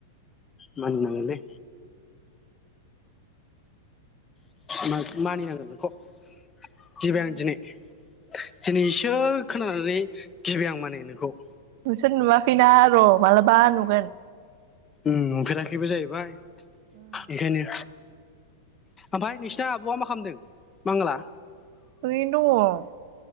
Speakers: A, on the left; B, on the right.
A: मानिनांगोनलै म मानिनांगोननोखौ <inaudible> जबन्जनि
B: उम
A: <inaudible> दिनैसो खोनानानै गिबाय आं माने नोंखौ
B: नोंसोर नुवाखैना र' मलबा नुगोन
A: उ नुफेराखैबो जाहैबाय
B: उम
A: एखायनो ओमफ्राय नोंसिना आब'आ मा खालामदों मांगाला
B: ओरैनो दं